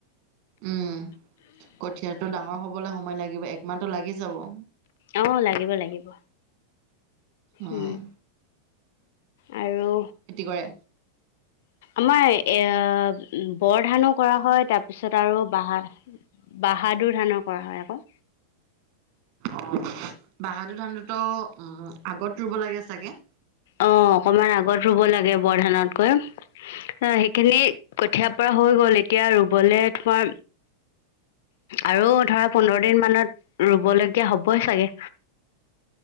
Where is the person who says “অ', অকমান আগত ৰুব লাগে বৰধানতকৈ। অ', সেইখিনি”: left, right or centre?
Left